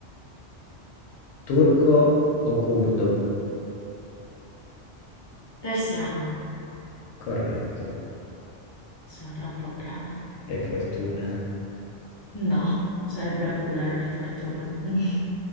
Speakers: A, on the left (about 75°); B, on the left (about 30°).
A: Turco o curdo?
B: Persiano.
A: Corretto.
B: Sono troppo brava.
A: Che fortuna.
B: No, cioè è bravura, non è fortuna. <laughs>